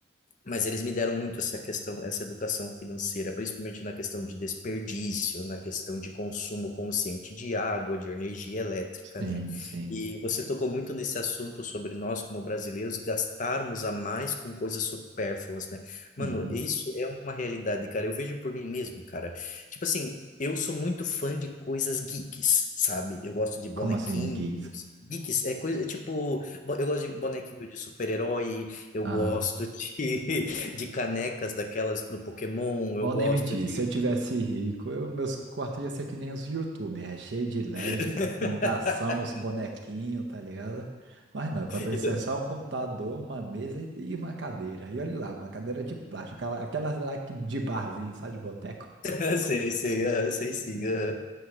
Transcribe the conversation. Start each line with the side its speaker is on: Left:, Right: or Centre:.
Left: Mas eles me deram muito essa questão, essa educação financeira, principalmente na questão de desperdício, na questão de consumo consciente de água, de energia elétrica,
Right: Sim,
Left: né?
Right: sim.
Left: E você tocou muito nesse assunto sobre nós, como brasileiros, gastarmos a mais com coisas supérfluas, né? Mano,
Right: Uhum.
Left: isso é uma realidade, cara. Eu vejo por mim mesmo, cara. Tipo assim, eu sou muito fã de coisas geeks, sabe? Eu gosto de bonequinhos.
Right: Como assim, gays?
Left: Geeks é coisa, tipo, bo- eu gosto de bonequinho de super-herói, eu
Right: Uhum.
Left: gosto de, <laughs> de canecas daquelas do Pokémon,
Right: Vou
Left: eu gosto
Right: nem mentir,
Left: de.
Right: se eu tivesse rico, eu, meus quartos iam ser que nem os YouTubers, é cheio de LED,
Left: <laughs>
Right: iluminação, os bonequinhos, tá ligado? Mas não, enquanto isso
Left: Então,
Right: é só um computador, uma mesa e, e uma cadeira. E olha lá, uma cadeira de plástico, aquela, aquelas lá que- de barzinho, sabe, de boteco.
Left: <laughs> sei, sei, aham, sei sim.
Right: Aham.
Left: aham.